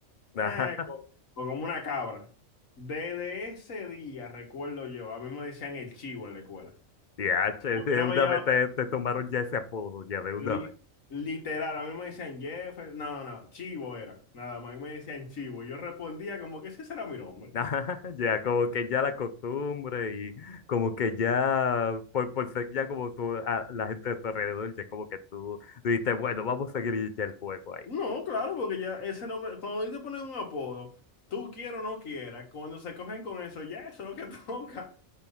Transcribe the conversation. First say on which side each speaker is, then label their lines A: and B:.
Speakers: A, on the left; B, on the left.
A: <laughs> Ajá.
B: eh, o, o como una cabra. Desde ese día, recuerdo yo, a mí me decían el chivo en la escuela.
A: Y H,
B: A
A: de
B: mí no
A: una
B: me llamaban.
A: vez te, te tomaron ya ese apodo, ya de una
B: Li- literal, a mí me decían Jefferson, no, no, Chivo era, nada más, a mí me decían Chivo, y yo respondía como que ese será mi nombre.
A: <laughs> Ajá, ya, como que ya la costumbre y como que ya, por, por ser ya como tú, a- la gente de tu alrededor, ya como que tú dices, bueno, vamos a seguir ya el juego ahí.
B: No, claro, porque ya ese nombre, cuando a ti te ponen un apodo, tú quieras o no quieras, cuando se cogen con eso, ya eso es lo que <laughs> toca,